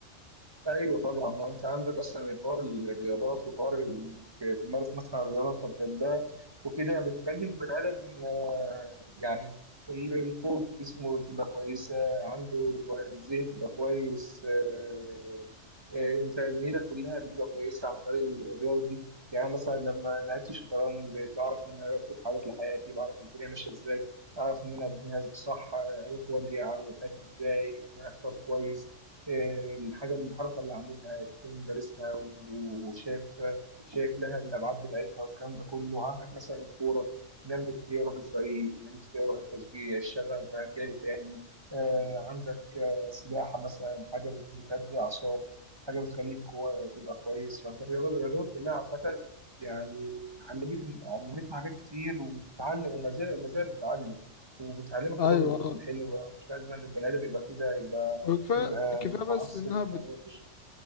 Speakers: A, on the right (about 20°); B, on the left (about 55°).
A: ايوه طبعا ما انت عندك اصلا الحوار الرياضات وحوار انك تمارس مثلا رياضه انت بتحبها وكده بتخلي البني ادم آه، يعني ال- القوة جسمه تبقى كويسه عنده الذهن بيبقى كويس آه، آه، انت دنيتك كلها بتبقى كويسه عن طريق الرياضه دي يعني مثلا لما لعبت الشطرنج بقيت بعرف ان انا ارتب حاجات لحياتي بعرف الدنيا ماشيه ازاي اعرف ان انا ابنيها صح اروح واجي على حياتي ازاي ان انا اختار كويس آه، الحاجة الحركة اللي عاملها تكون دارسها و- وشاف شايف لها الأبعاد بتاعتها والكلام ده كله عندك مثلا الكورة نمت فيها روح الفريق نمت فيها روح التشجيع الشغف بقى جالي تاني آه، عندك آه، سباحة مثلا حاجة بت- بتهدي الأعصاب حاجة بتخليك كو- تبقى كويس فأنت الرياضة- الرياضات كلها عامة يعني علمتني علمتني حاجات كتير وبتعلم وما زال ما زال بتعلم وبتعلمك
B: ايوه
A: الروح
B: اه
A: الحلوة مش لازم إن البني آدم يبقى كده يبقى
B: وكفايه
A: يبقى
B: كفايه
A: متعصب
B: بس انها بت...
A: هو مفيش